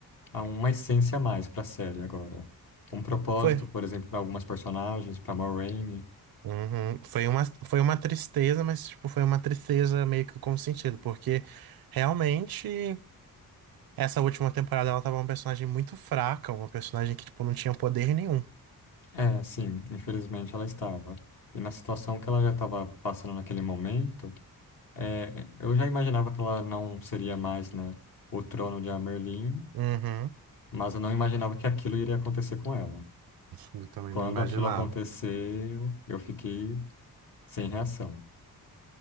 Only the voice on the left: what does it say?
a- uma essência a mais pra série agora. Um propósito,
por exemplo, para algumas personagens, para Moraine.
É, sim, infelizmente ela estava. E na situação que ela já estava passando naquele momento, é, eu já imaginava que ela não seria mais, né, o trono de Amerlin,
mas eu não imaginava que aquilo iria acontecer com ela.
Quando
aquilo aconteceu, eu fiquei sem reação.